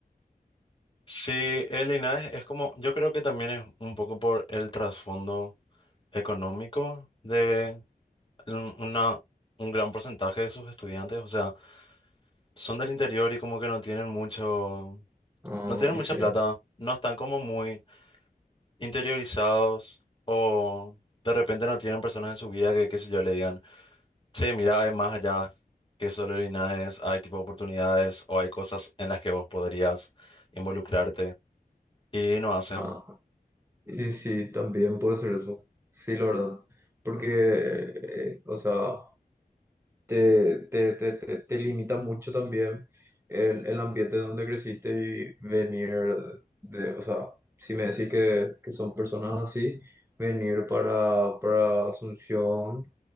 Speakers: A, on the left; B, on the right.
A: Sí, el linaje es como, yo creo que también es un poco por el trasfondo económico de un- una, un gran porcentaje de sus estudiantes, o sea, son del interior y como que no tienen mucho,
B: Ah,
A: no tienen
B: y
A: mucha
B: sí.
A: plata, no están como muy interiorizados o de repente no tienen personas en su vida que, qué sé yo, le digan, che, mira, hay más allá que solo el linaje, hay tipo oportunidades o hay cosas en las que vos podrías involucrarte y no hacen.
B: Ah, y sí, también puede ser eso. Sí, la verdad. Porque, eh, o sea, te, te, te, te, te limita mucho también el, el ambiente donde creciste y venir de, o sea, si me decís que, que son personas así, venir para, para Asunción